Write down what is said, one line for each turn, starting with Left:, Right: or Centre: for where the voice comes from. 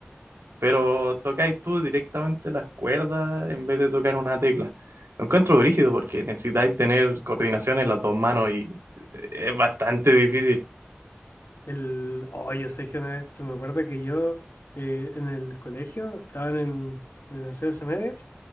Right: pero tocáis tú directamente las cuerdas en vez de tocar una tecla. Lo encuentro brígido porque necesitáis tener coordinación en las dos manos y eh, es bastante difícil.
Left: El, oh, yo sé que una vez, me acuerdo que yo eh, en el colegio estaban en, en la enseñanza media